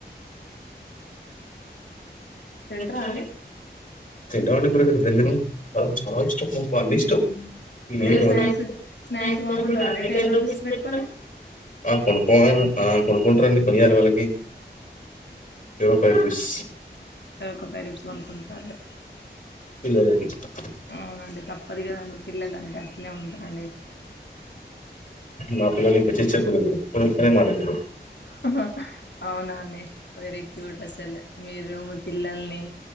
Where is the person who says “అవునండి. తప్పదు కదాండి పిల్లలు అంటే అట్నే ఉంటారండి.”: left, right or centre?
Left